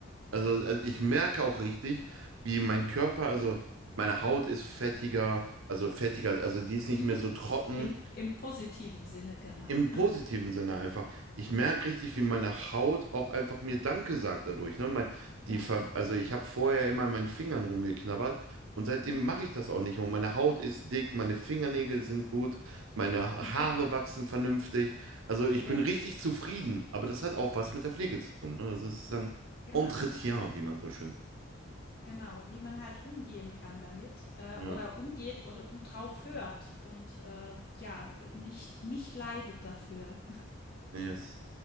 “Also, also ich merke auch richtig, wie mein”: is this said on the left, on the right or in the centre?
Right